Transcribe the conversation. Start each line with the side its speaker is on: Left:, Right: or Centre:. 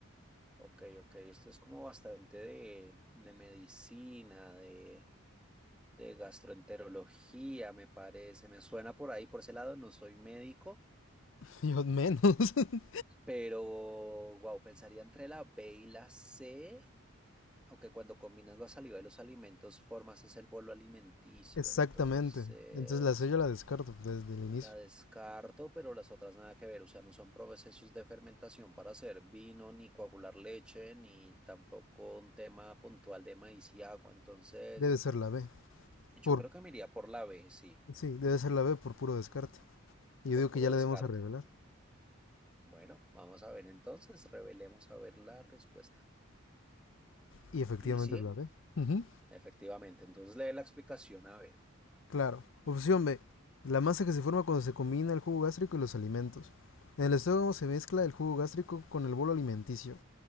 Centre: Ok, ok, esto es como bastante de, de medicina, de de gastroenterología, me parece, me suena por ahí, por ese lado, no soy médico,
Left: Dios menos. <laughs>
Centre: pero wow, pensaría entre la B y la C, aunque cuando combinas la saliva y los alimentos formas es el bolo alimenticio,
Left: Exactamente.
Centre: entonces
Left: Entonces la C yo la descarto desde el inicio.
Centre: la descarto, pero las otras nada que ver, o sea, no son procesos de fermentación para hacer vino, ni coagular leche, ni tampoco un tema puntual de maíz y agua, entonces
Left: Debe ser la B.
Centre: yo
Left: Por
Centre: creo que me iría por la B, sí,
Left: sí, debe ser la B por puro descarte. Y yo
Centre: por
Left: digo
Centre: puro
Left: que ya la
Centre: descarte.
Left: debemos a revelar.
Centre: Bueno, vamos a ver entonces, revelemos a ver la respuesta.
Left: Y efectivamente
Centre: Y sí,
Left: es la B. Ujú.
Centre: efectivamente, entonces lee la explicación a ver.
Left: Claro. Opción B. La masa que se forma cuando se combina el jugo gástrico y los alimentos. En el estómago se mezcla el jugo gástrico con el bolo alimenticio,